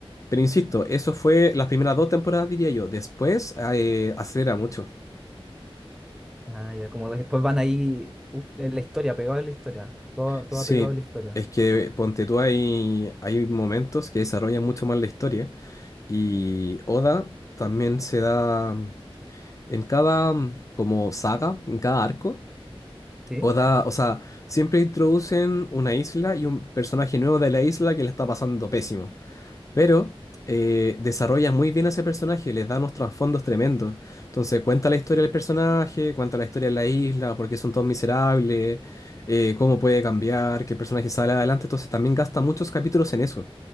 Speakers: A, on the left; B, in the centre.
A: Pero insisto, eso fue las primeras dos temporadas, diría yo. Después eh, acelera mucho.
B: Ah, ya. Como después van ahí uh, en la historia, pegado en la historia. Todo, todo
A: Sí,
B: pegado en la historia.
A: es que ponte tú, hay, hay momentos que desarrollan mucho más la historia. Y Oda también se da. En cada mm, como saga, en cada arco,
B: ¿Sí?
A: Oda, o sea, siempre introducen una isla y un personaje nuevo de la isla que le está pasando pésimo. Pero eh, desarrolla muy bien a ese personaje, les da unos trasfondos tremendos. Entonces cuenta la historia del personaje, cuenta la historia de la isla, por qué son todos miserables, eh, cómo puede cambiar, que el personaje sale adelante. Entonces también gasta muchos capítulos en eso.